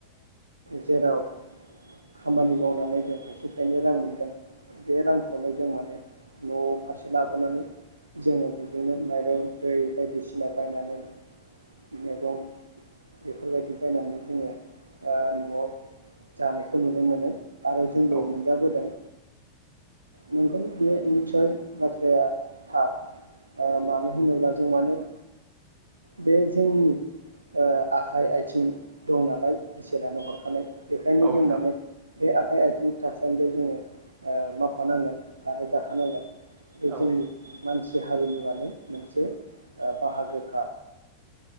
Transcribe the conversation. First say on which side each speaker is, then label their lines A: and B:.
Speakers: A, on the right (about 80°); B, on the right (about 40°).
A: जेराव खामानि मावनानै जों थाइसे थाइनै रां मोनगोन बे रांखौनो जों माने न' फारसे लाबोनानै जोङो बेजोंनो माइरं दै बायदिसिना बायनानै मैगं बेफोरबायदि बायनानै जोङो आ नआव जानायखौ नुनो मोनो आरो जोंबो
B: औ
A: मोनजाबोदों नोंगौ बे निसय बाथ्राया थार ओ मानो होनोब्ला जों मानो बे जोंनि ओ आखाइ आथिं दं नालाय इसोरानो हरखानाय बेखायनो
B: औ
A: जों
B: नोंथां
A: माने बे आख आखाइ आथिं थासानदियाव जोङो मावफानांगोन आरो जाखानांगोन
B: औ
A: जोंनि मानसि हारिनि माने मोनसे बाहागोखा